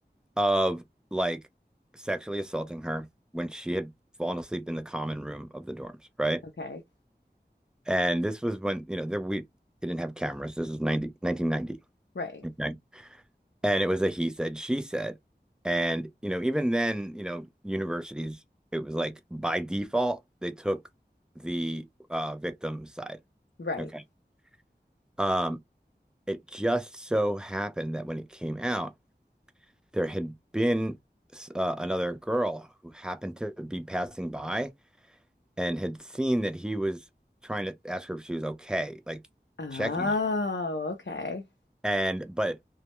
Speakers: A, in the centre; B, on the left.
A: of like sexually assaulting her when she had fallen asleep in the common room of the dorms, right?
B: Okay.
A: And this was when, you know, there we didn't have cameras. This is 90 1990.
B: Right.
A: okay? And it was a he said, she said. And, you know, even then, you know, universities, it was like by default, they took the uh, victim's side.
B: Right.
A: Okay. Um, it just so happened that when it came out, there had been uh, another girl who happened to be passing by and had seen that he was trying to ask her if she was okay, like
B: Oh,
A: checking on
B: okay.
A: And but